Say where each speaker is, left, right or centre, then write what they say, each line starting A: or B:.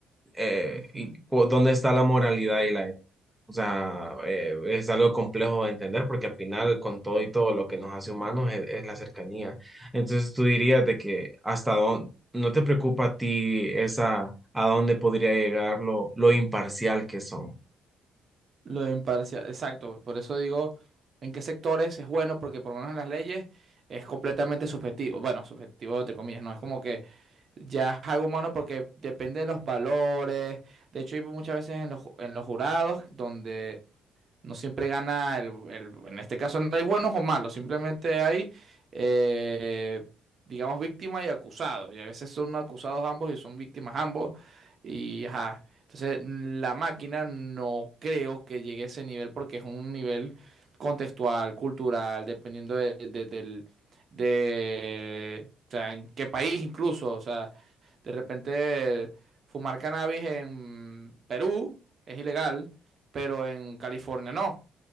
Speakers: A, in the centre; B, on the right.
A: eh,
B: ujú.
A: y cu- dónde está la moralidad y la ética. O sea, eh, es algo complejo de entender porque al final con todo y todo lo que nos hace humanos es, es la cercanía. Entonces tú dirías de que hasta dónde, no te preocupa a ti esa, a dónde podría llegar lo, lo imparcial que son.
B: Lo de imparcial, exacto. Por eso digo en qué sectores es bueno, porque por lo menos en las leyes es completamente subjetivo. Bueno, subjetivo entre comillas, no es como que ya es algo humano porque depende de los valores. De hecho, hay muchas veces en los, ju- en los jurados donde no siempre gana el, el- en este caso no hay buenos o malos, simplemente hay, eh, digamos, víctima y acusado. Y a veces son acusados ambos y son víctimas ambos. Y ajá. Entonces, la máquina no creo que llegue a ese nivel porque es un nivel contextual, cultural, dependiendo de, de- del, de, o sea, en qué país incluso. O sea, de repente fumar cannabis en Perú es ilegal pero en California no.